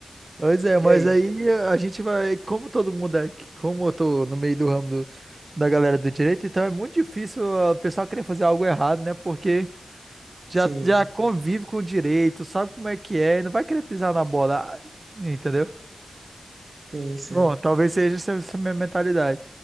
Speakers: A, on the right; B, on the right.
A: Pois é, mas
B: E aí?
A: aí a gente vai, como todo mundo é aqui, como eu tô no meio do ramo do- da galera do direito, então é muito difícil o pessoal querer fazer algo errado, né? Porque já,
B: Sim,
A: já convive com o direito, sabe como é que é, não vai querer pisar na bola, entendeu?
B: sim, sim.
A: Bom, talvez seja essa, essa minha mentalidade.